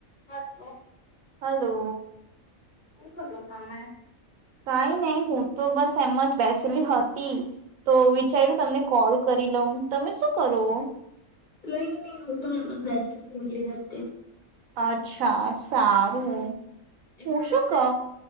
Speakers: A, on the left; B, on the right.
A: હાલો.
B: Hello.
A: હુ કરો તમે
B: કઈ નઈ હું તો બસ એમ જ બેસેલી હતી તો વિચાર્યું તમને કોલ કરી. લઉ તમે શું કરો.
A: નહીં નહીં હુ તો બેસેલી હતી
B: અચ્છા સારું
A: એક
B: હું
A: તો
B: શું
A: તમને
B: કઉ.